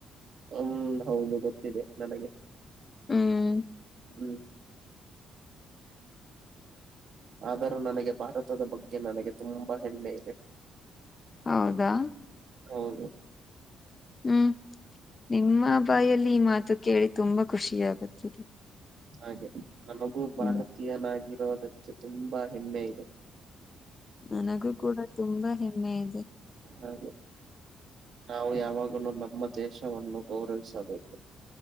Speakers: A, on the right; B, on the left.
A: ಆವು ಹೌದು ಗೊತ್ತಿದೆ ನನಗೆ.
B: ಹ್ಮ್ಮ್ಮ್
A: ಹ್ಮ್ ಆದರೂ ನನಗೆ ಭಾರತದ ಬಗ್ಗೆ ನನಗೆ ತುಂಬಾ ಹೆಮ್ಮೆ ಇದೆ.
B: ಹೌದಾ
A: ಹೌದು
B: ಹ್ಮ್ ನಿಮ್ಮ ಬಾಯಲ್ಲಿ ಈ ಮಾತು ಕೇಳಿ ತುಂಬಾ ಖುಷಿ ಆಗುತ್ತಿದೆ.
A: ಹಾಗೆ ನನಗೂ ಭಾರತೀಯನಾಗಿರೋದಕ್ಕೆ
B: ಹ್ಮ್
A: ತುಂಬಾ ಹೆಮ್ಮೆ ಇದೆ.
B: ನನಗೂ ಕೂಡ ತುಂಬಾ ಹೆಮ್ಮೆ ಇದೆ.
A: ಹೌದು ನಾವು ಯಾವಾಗಲೂ ನಮ್ಮ ದೇಶವನ್ನು ಗೌರವಿಸಬೇಕು.